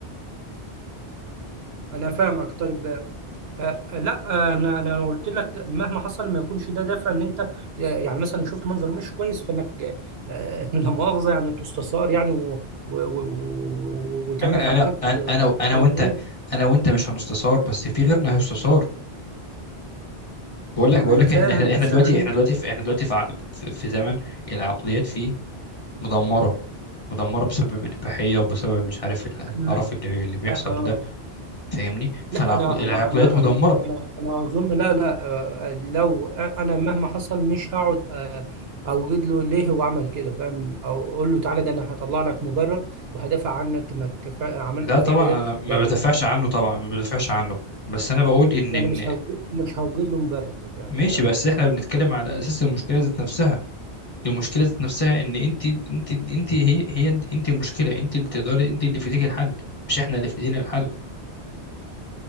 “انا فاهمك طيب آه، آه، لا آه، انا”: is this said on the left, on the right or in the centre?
Right